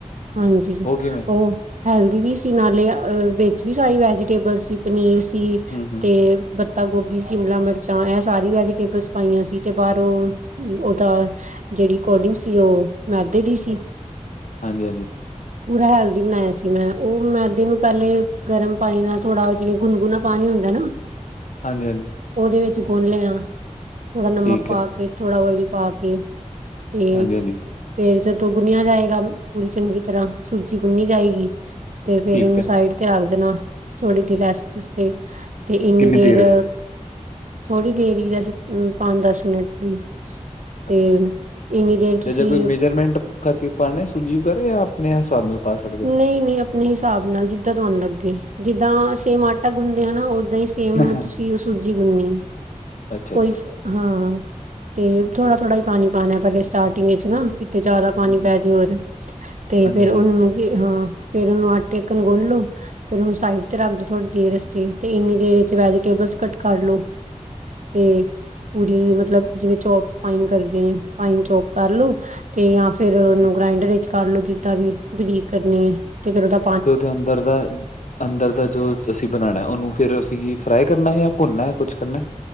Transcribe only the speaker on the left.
ਉਹ ਕਿਵੇਂ
ਹੂੰ ਹੂੰ
ਹਾਂਜੀ, ਹਾਂਜੀ।
ਹਾਂਜੀ ਹਾਂਜੀ।
ਠੀਕ
ਹੈ
ਹਾਂਜੀ ਹਾਂਜੀ
ਠੀਕ
ਹੈ
ਕਿੰਨੀ
ਵਾਸਤੇ
ਅੱਛਾ ਅੱਛਾ
ਤੇ ਜੇ ਕੋਈ ਮੇਜਰਮੈਂਟ ਕਰਕੇ ਪੜ੍ਹਨਾ ਸਜੀਵ ਕਰੇ ਜਾਂ ਆਪਣੇ ਹਿਸਾਬ ਨਾਲ। ਪਾ ਸਕਦੇ
ਹਾਂ?
ਅੱਛਾ
ਅੱਛਾ
ਹਾਂਜੀ
ਹਾਂਜੀ
ਹਾਂਜੀ
ਤੇ ਓਦੇ ਅੰਦਰ ਦਾ ਅੰਦਰ ਦਾ ਜੋ ਜਅਸੀਂ ਬਣਾਣਾ, ਓਨੂੰ ਫਿਰ ਅਸੀਂ ਫਰਾਈ ਕਰਨਾ ਜਾਂ ਭੁੰਨਨਾ ਐ? ਕੁਛ ਕਰਨਾ।